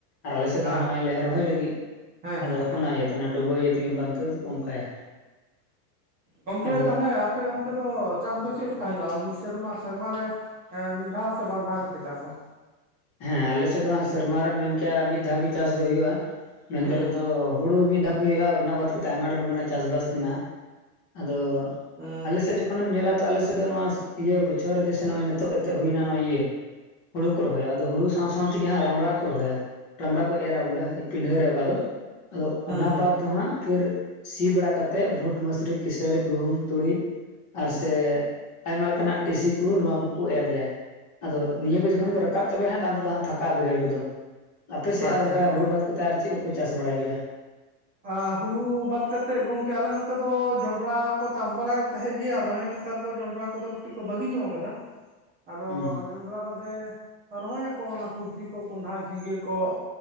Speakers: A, on the left (about 35°); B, on the right (about 20°).
A: ᱟᱨ ᱟᱞᱮᱥᱮᱫ ᱫᱚᱜ
B: ᱟᱪ
A: ᱱᱚᱜᱚᱭ ᱞᱮ ᱨᱚᱦᱚᱭ ᱞᱟᱹᱜᱤᱫ
B: ᱦᱮᱸ ᱦᱮᱸ
A: ᱟᱫᱚ
B: ᱦᱮᱸ
A: ᱚᱱᱟ ᱤᱭᱟᱹᱛᱮ ᱚᱱᱟ ᱰᱩᱵᱟᱹ ᱤᱭᱟᱹ ᱛᱮᱜᱮ ᱚᱱᱠᱟ ᱚᱱᱛᱮ ᱫᱚᱠᱚ ᱚᱱᱠᱟᱭᱟ
B: ᱜᱚᱝᱠᱮ
A: ᱟᱫᱚ
B: ᱛᱟᱦᱚᱞᱮ ᱟᱯᱮ ᱚᱱᱛᱮ ᱫᱚ ᱪᱟᱥ ᱫᱚ ᱪᱮᱫ ᱞᱮᱠᱟ ᱦᱩᱭᱩᱜᱼᱟ ᱢᱤᱫ ᱥᱮᱨᱢᱟ ᱥᱮᱨᱢᱟ ᱨᱮ ᱦᱮᱸ ᱢᱤᱫ ᱫᱷᱟᱣ ᱥᱮ ᱵᱟᱨ ᱫᱷᱟᱣ ᱜᱤᱯᱮ ᱪᱟᱥᱟ
A: ᱦᱮᱸ ᱟᱞᱮᱥᱮᱫ ᱫᱚ ᱦᱮ ᱥᱮᱨᱢᱟ ᱨᱮ ᱢᱮᱱᱠᱮᱭᱟ ᱢᱤᱫ ᱫᱷᱟᱣ ᱜᱮ ᱪᱟᱥ ᱫᱚ ᱦᱩᱭᱩᱜᱼᱟ ᱢᱮᱱᱠᱟᱛᱮ
B: ᱦᱩᱸ
A: ᱫᱚ ᱦᱩᱲᱩ ᱢᱤᱫ ᱫᱷᱟᱣ ᱜᱮ ᱦᱳᱭᱳᱜᱼᱟ ᱟᱨ ᱚᱱᱟ ᱵᱟᱫ ᱠᱟᱛᱮᱜ ᱟᱭᱢᱟ ᱰᱷᱮᱨ ᱚᱱᱠᱟᱱᱟᱜ ᱪᱟᱥᱵᱟᱥ ᱢᱮᱱᱟᱜᱼᱟ ᱟᱫᱚ
B: ᱚ
A: ᱟᱞᱮᱥᱮᱫ ᱡᱚᱠᱷᱚᱱᱮᱢ ᱧᱮᱞᱟ ᱛᱚ ᱟᱞᱮᱥᱮᱫ ᱫᱚ ᱱᱚᱣᱟ ᱤᱭᱟᱹ ᱵᱚᱪᱷᱚᱨ ᱡᱮᱥᱮ ᱱᱚᱜᱼᱚᱭ ᱱᱤᱛᱚᱜ ᱮᱛᱮ ᱦᱩᱭᱮᱱᱟ ᱱᱚᱜᱼᱚᱭ ᱤᱭᱟᱹ ᱦᱩᱲᱩ ᱠᱚ ᱨᱚᱦᱚᱭᱼᱟ ᱟᱫᱚ ᱦᱩᱲᱩ ᱥᱟᱶ ᱥᱟᱶᱛᱮᱜᱮ ᱦᱟᱸᱜ ᱨᱟᱢᱵᱽᱲᱟ ᱠᱚ ᱨᱚᱦᱚᱭᱟ ᱨᱟᱢᱲᱟ ᱠᱚ ᱮᱨᱟ ᱵᱚᱞᱮ ᱯᱤᱸᱰᱷᱟᱹ ᱨᱮ ᱚᱠᱟ ᱫᱚ ᱟᱫᱚ
B: ᱦᱩᱸ
A: ᱚᱱᱟ
B: ᱦᱩᱸ
A: ᱵᱟᱫ ᱫᱚ ᱦᱟᱸᱜ ᱯᱷᱤᱨ ᱥᱤ ᱵᱟᱲᱟ ᱠᱟᱛᱮᱫ ᱵᱷᱩᱴ ᱢᱟᱥᱨᱤ ᱠᱮᱥᱟᱹᱨᱤ ᱜᱩᱦᱩᱢ ᱛᱩᱲᱤ ᱟᱨ ᱥᱮ ᱟᱭᱢᱟ ᱞᱮᱠᱟᱱᱟᱜ ᱴᱤᱥᱤ ᱠᱚ ᱱᱚᱣᱟ ᱠᱚᱠᱚ ᱮᱨ ᱜᱮᱭᱟ ᱟᱫᱚ ᱱᱤᱭᱟᱹ ᱠᱚ ᱡᱚᱠᱷᱚᱱ ᱠᱚ ᱨᱟᱠᱟᱵ ᱪᱟᱵᱟᱭ ᱦᱟᱸᱜ ᱛᱟᱭᱚᱢ ᱛᱮᱫᱚ ᱦᱟᱸᱜ ᱯᱷᱟᱠᱟ ᱵᱟᱹᱭᱦᱟᱹᱲ ᱠᱚᱫᱚ ᱟᱯᱮ ᱥᱮᱫ
B: ᱟᱪᱪᱷᱟ
A: ᱟᱨ ᱚᱱᱠᱟ
B: ᱟᱪᱪᱷᱟ
A: ᱦᱩᱲᱩ ᱵᱟᱫ ᱠᱟᱛᱮᱫ ᱟᱨ ᱪᱮᱫ ᱠᱚᱠᱚ ᱪᱟᱥ ᱵᱟᱲᱟᱭ ᱜᱮᱭᱟ
B: ᱟ ᱦᱩᱲᱩ ᱵᱟᱫ ᱠᱟᱛᱮᱫ ᱜᱚᱝᱠᱮ ᱟᱞᱮ ᱱᱚᱛᱮ ᱫᱚ ᱡᱚᱱᱰᱨᱟ ᱠᱚ ᱪᱟᱥ ᱵᱟᱲᱟᱭ ᱮᱫ ᱛᱟᱦᱮᱸᱫ ᱜᱮᱭᱟ ᱟᱫᱚ ᱦᱮᱸ ᱱᱮᱛ ᱛᱟᱨ ᱫᱚ ᱡᱚᱸᱱᱰᱨᱟ ᱠᱚᱫᱚ ᱠᱟᱹᱴᱤᱡ ᱠᱚ ᱵᱟᱹᱜᱤ ᱧᱚᱜ ᱠᱟᱫᱟ ᱟᱫᱚ
A: ᱦᱩᱸ
B: ᱡᱚᱸᱱᱰᱨᱟ ᱵᱟᱫᱮ ᱨᱚᱦᱚᱭᱟᱠᱚ ᱚᱱᱟ ᱥᱚᱵᱡᱤ ᱠᱚ ᱠᱚᱸᱰᱷᱟ ᱡᱷᱤᱸᱜᱟᱹ ᱠᱚ